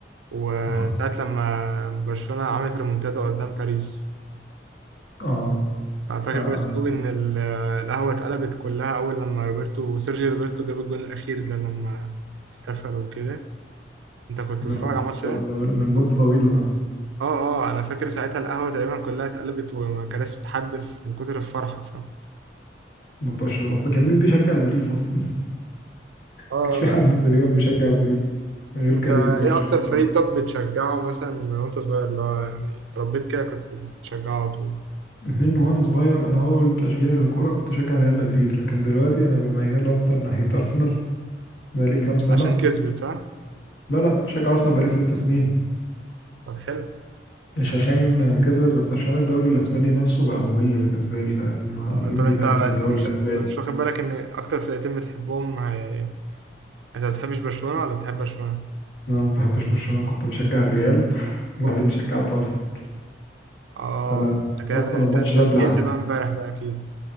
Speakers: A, on the right (about 80°); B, on the left (about 65°).
A: وساعة
B: اه
A: لما برشلونة عملت ريمونتادا قدام باريس
B: آه،
A: فأنا فاكر
B: آه،
A: كويس قوي إن ال- القهوة اتقلبت كلها أول لما روبرتو سيرجيو روبرتو جاب الجون الأخير ده لما احتفل وكده أنت كنت
B: ده,
A: بتتفرج على الماتش
B: ده,
A: ده؟
B: ده من مدة طويلة ده
A: اه اه انا فاكر ساعتها القهوه تقريبا كلها اتقلبت وكراسي بتحدف من كتر الفرحه فاهم
B: مبقاش أصلا كان مين بيشجع الباريس أصلا؟ <laughs>
A: اه
B: مكانش في حد تقريبا بيشجع الباريس غير كريم
A: انت ايه
B: برشلونة
A: اكتر فريق
B: بس
A: طب بتشجعه مثلا من وانت صغير اللي هو يعني اتربيت كده كنت بتشجعه على طول
B: من وانا صغير انا اول تشجيع للكوره كنت اشجع ريال مدريد لكن دلوقتي انا بميل اكتر ناحيه ارسنال بقالي كام سنه
A: عشان كسبت صح
B: لا لا بشجع ارسنال بقالي ست سنين
A: طب حلو
B: مش عشان كسبت بس عشان الدوري الاسباني نفسه بقى ممل بالنسبه لي بقى اللي هو مين
A: آه، طب
B: بينافس
A: انت انت
B: في الدوري
A: مش
B: الاسباني
A: انت مش واخد بالك ان اكتر فرقتين بتحبهم هي... انت ما بتحبش برشلونه ولا بتحب برشلونه
B: انا ما بحبش برشلونه كنت بشجع الريال <laughs> وبعدين شجعت ارسنال
A: اه
B: فانا
A: انت كده
B: اصلا
A: انت
B: الماتش
A: انت
B: ده
A: اتضايقت
B: اتلعب
A: بقى امبارح بقى اكيد